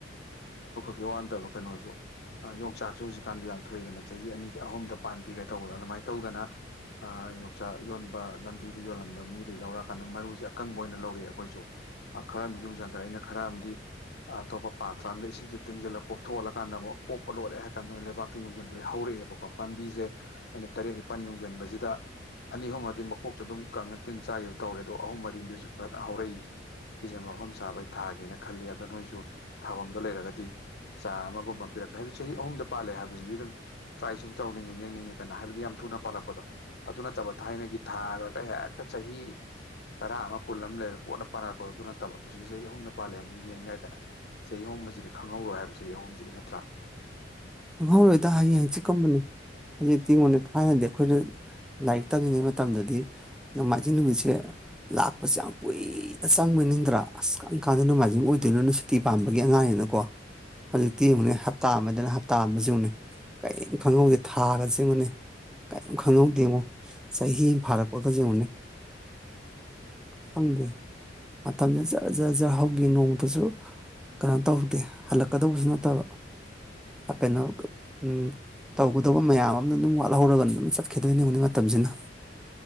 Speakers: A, on the left; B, in the centre.
A: ꯒꯤ ꯋꯥ ꯅꯠꯇꯕ ꯀꯩꯅꯣꯁꯨ ꯑ ꯌꯣꯡꯆꯥꯛꯁꯨ ꯍꯧꯖꯤꯛꯀꯥꯟꯗꯤ ꯌꯥꯝ ꯊꯣꯛꯑꯦꯗꯅ ꯆꯍꯤ ꯑꯅꯤꯗ ꯑꯍꯨꯝꯗ ꯄꯥꯟꯕꯤ ꯀꯥꯏ ꯇꯧꯕꯗꯣ ꯑꯗꯨꯃꯥꯏ ꯇꯧꯗꯅ ꯑ ꯌꯣꯡꯆꯥꯛ ꯌꯣꯟꯕ ꯂꯝꯕꯤꯗ ꯌꯣꯜꯂꯝꯕ ꯃꯤꯗꯩꯩ ꯂꯧꯔꯛꯑꯀꯥꯟꯗ ꯃꯔꯨꯁꯦ ꯑꯀꯪꯕ ꯑꯣꯏꯅ ꯂꯧꯔꯛꯑꯦ ꯑꯈꯣꯏꯁꯨ ꯍ ꯑ ꯈꯔꯗꯤ ꯌꯨꯝꯖꯟꯈꯔꯦ ꯑꯩꯅ ꯈꯔ ꯑꯝꯗꯤ ꯑꯇꯣꯞꯄ ꯄꯥꯠꯇ꯭ꯔꯥ ꯑꯃꯗ ꯏꯁꯤꯡꯁꯦ ꯇꯤꯡꯖꯤꯜꯂ ꯄꯣꯞꯊꯣꯛꯍꯜꯂꯀꯥꯟꯗ ꯑꯃꯨꯛ ꯄꯣꯛꯄ ꯂꯣꯏꯔꯦ ꯍꯥꯏ ꯀꯥꯟꯗ ꯂꯩꯕꯥꯛ ꯉꯥꯥꯛꯇ ꯌꯨꯡꯖꯤꯟꯒꯔꯦ ꯍꯧꯔꯛꯑꯦꯕꯀꯣ ꯄꯥꯝꯕꯤꯁꯦ ꯑꯩꯅ ꯇꯔꯦꯠ ꯅꯤꯄꯥꯜ ꯌꯨꯡꯖꯟꯕꯁꯤꯗ ꯑꯅꯤ ꯑꯍꯨꯝ ꯃꯗꯤ ꯃꯀꯣꯛꯁꯨ ꯑꯗꯨꯝ ꯀꯪꯉ ꯇꯤꯟ ꯆꯥꯌꯦꯕ ꯇꯧꯔꯦ ꯑꯗꯣ ꯑꯍꯨꯝ ꯃꯔꯤꯗꯤ ꯐꯖꯅ ꯍꯧꯔꯛꯏꯌꯦ ꯁꯤꯁꯦ ꯃꯐꯝ ꯆꯥꯕꯩ ꯊꯥꯒꯦꯅ ꯈꯜꯂꯤ ꯑꯗꯣ ꯅꯣꯏꯁꯨ ꯊꯥꯕꯝꯗꯣ ꯂꯩꯔꯒꯗꯤ ꯆꯥꯔ ꯑꯃꯒꯨꯝꯕ ꯄꯤꯔꯛꯀꯦ ꯍꯥꯏꯗꯤ ꯆꯍꯤ ꯑꯍꯨꯝꯗ ꯄꯥꯜꯂꯦ ꯍꯥꯏꯕꯁꯤꯗꯤ ꯑꯗꯨꯝ ꯇ꯭ꯔꯥꯏ ꯁꯨꯝ ꯇꯧꯅꯤꯡꯉꯦ ꯌꯦꯡꯅꯤꯡꯉꯦꯗꯅ ꯍꯥꯏꯕꯗꯤ ꯌꯥꯝ ꯊꯨꯅ ꯄꯥꯜꯂꯛꯄꯗꯣ ꯑꯗꯨ ꯅꯠꯇꯕ ꯊꯥꯏꯅꯒꯤ ꯊꯥꯔꯒ ꯑꯦꯍ ꯍꯦꯛꯇ ꯆꯍꯤ ꯇꯔꯥ ꯑꯃ ꯀꯨꯟ ꯑꯃ ꯂꯩꯔꯒ ꯀꯣꯟꯅ ꯄꯥꯅꯔꯛꯄ ꯑꯗꯨ ꯅꯠꯇꯕ ꯍꯧꯖꯤꯛ ꯆꯍꯤ ꯑꯍꯨꯝꯗ ꯄꯥꯜꯂꯦ ꯍꯥꯏꯕꯅꯤꯅꯥ ꯌꯦꯡ ꯌꯥꯏꯗꯅ ꯆꯍꯤ ꯑꯍꯨꯝ ꯑꯁꯤꯗꯤ ꯈꯪꯍꯧꯔꯣꯏ ꯍꯥꯏꯕꯁꯤ ꯆꯍꯤ ꯑꯍꯨꯝꯁꯤꯗꯤ ꯅꯠꯇ꯭ꯔꯥ
B: ꯈꯪꯍꯧꯔꯣꯏꯗ ꯍꯌꯦꯡ ꯍꯪꯆꯤꯠ ꯀꯨꯝꯕꯅꯦ ꯍꯧꯖꯤꯛꯇꯤ <unintelligible> ꯊꯥꯏꯅꯗꯤ ꯑꯩꯈꯣꯏꯅ ꯍ ꯂꯥꯏꯔꯤꯛ ꯇꯝꯃꯤꯉꯩ ꯃꯇꯝꯗꯗꯤ ꯅꯣꯡꯃꯥꯏꯖꯤꯡ ꯅꯨꯃꯤꯠꯁꯦ ꯂꯥꯛꯄꯁꯦ ꯌꯥꯝ ꯀꯨꯏꯅ ꯆꯪꯕꯣꯏ ꯅꯤꯡꯗ꯭ꯔꯥ ꯑꯁ ꯀꯪꯝ ꯀꯥꯟꯗꯅ ꯅꯣꯡꯃꯥꯏꯖꯤꯡ ꯑꯣꯏꯗꯣꯏꯅꯣꯅ ꯁꯨꯇꯤ ꯄꯥꯝꯕꯒꯤ ꯑꯉꯥꯡ ꯅꯀꯣ ꯍꯧꯖꯤꯛꯇꯤ ꯌꯦꯡꯉꯨꯅꯦ ꯍꯞꯇꯥ ꯑꯃꯗꯅ ꯍꯞ ꯍꯥꯞꯇ ꯑꯃꯁꯤ ꯌꯦꯡꯉꯨꯅꯦ ꯀꯔꯤꯝ ꯈꯪꯍꯧꯗꯦ ꯊꯥꯒꯁꯦ ꯌꯦꯡꯉꯨꯅꯦ ꯀꯔꯤꯝ ꯈꯪꯍꯧꯗꯦꯉꯣ ꯍ ꯆꯍꯤ ꯑꯃ ꯐꯥꯔꯛꯄꯒꯁꯦ ꯌꯦꯡꯉꯨꯅꯦ ꯈꯪꯗꯦ ꯃꯇꯝꯅ ꯖꯔ ꯖꯔ ꯖꯔ ꯍꯧꯈꯤ ꯅꯣꯡꯃꯇꯁꯨ ꯀꯅꯥꯝ ꯇꯧꯗꯦ ꯍꯜꯂꯛꯀꯗꯧꯕꯁꯨ ꯅꯠꯇꯕ ꯑ ꯀꯩꯅꯣ ꯀ ꯎꯝ ꯇꯧꯒꯗꯧꯕ ꯃꯌꯥꯝ ꯑꯃꯅ ꯅꯨꯡ ꯋꯥꯠ ꯂꯧꯍꯧꯔꯒ ꯑꯗꯨꯝ ꯆꯠꯈꯤꯗꯨꯏꯅꯦ ꯌꯦꯡꯉꯨꯅꯦ ꯃꯇꯝꯁꯤꯅ